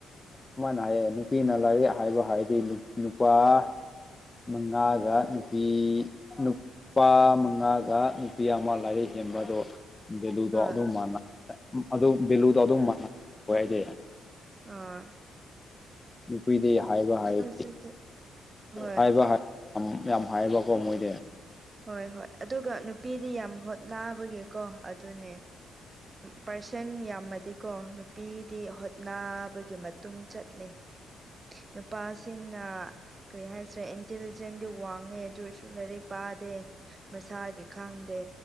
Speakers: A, on the left; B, on the right.
A: ꯁꯨꯃꯥꯏꯅ ꯍꯥꯏꯌꯦ ꯅꯨꯄꯤꯅ ꯂꯥꯏꯔꯤꯛ ꯍꯥꯏꯕ ꯍꯥꯏꯗꯤ ꯅꯨ ꯅꯨꯄꯥ ꯃꯉꯥꯒ ꯅꯨꯄꯤ ꯅꯨ ꯄꯥ ꯃꯉꯥꯒ ꯅꯨꯄꯤ ꯑꯃ ꯂꯥꯏꯔꯤꯛ ꯍꯦꯟꯕꯗꯣ ꯚꯦꯂꯨꯗꯣ
B: ꯍꯣꯏ
A: ꯑꯗꯨꯝ ꯃꯥꯟꯅ ꯑꯗꯨ ꯚꯦꯂꯨꯗꯣ ꯑꯗꯨꯝ ꯃꯥꯟꯅ ꯅꯣꯏꯗꯤ
B: ꯍ‌ꯣꯏ
A: ꯅꯨꯄꯤꯗꯤ ꯍꯥꯏꯕ ꯍꯥꯏ
B: ꯍꯧꯖꯤꯛꯇꯤ ꯍꯣꯏ
A: ꯍꯥꯏꯕ ꯍꯥꯏ ꯌꯥꯝ ꯍꯥꯏꯕꯀꯣ ꯃꯣꯏꯗꯤ
B: ꯍꯣꯏ ꯍꯣꯏ ꯑꯗꯨꯒ ꯅꯨꯄꯤꯗꯤ ꯌꯥꯝ ꯍꯣꯠꯅꯥꯕꯒꯤꯀꯣ ꯑꯗꯨꯅꯦ ꯄꯥꯔꯁꯟ ꯌꯥꯝꯃꯗꯤꯀꯣ ꯅꯨꯄꯤꯗꯤ ꯍꯣꯠꯅꯕꯒꯤ ꯃꯇꯨꯡ ꯆꯠꯂꯦ ꯅꯨꯄꯥꯁꯤꯡꯅ ꯀꯔꯤ ꯍꯥꯏꯁꯤꯔꯦ ꯏꯟꯇꯦꯂꯤꯖꯦꯟꯗꯤ ꯋꯥꯡꯉꯦ ꯑꯗꯨ ꯑꯣꯏꯔꯁꯨ ꯂꯥꯏꯔꯤꯛ ꯄꯥ ꯇꯦ ꯃꯁꯥꯒꯤ ꯈꯪꯗꯦ